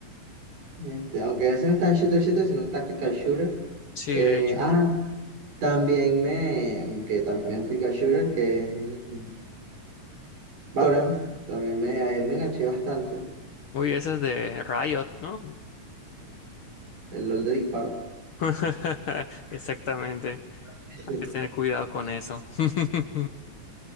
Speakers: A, on the right; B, on the left.
A: Este, aunque ese no está en shooter shooter, sino un tactical shooter.
B: sí,
A: Eh,
B: de hecho.
A: ah, también me, que también es un tactical shooter, que es mm, Valorant, también me, a él me enganché bastante,
B: Uy, ese es de Riot, ¿no?
A: el LOL de disparo.
B: <laughs> Exactamente.
A: <laughs>
B: Hay que tener cuidado con eso. <laughs>